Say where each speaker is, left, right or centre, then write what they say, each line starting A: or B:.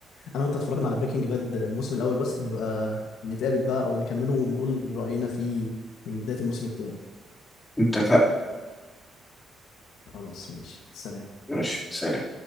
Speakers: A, on the left (about 80°); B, on the left (about 20°).
A: انا وانت اتفرجنا على بريكنج باد الموسم الاول بس نبقى نتقابل بقى او نكمله ونقول رأينا فيه من بداية الموسم التاني
B: اتفقنا
A: خلاص ماشي سلام
B: ماشي سلام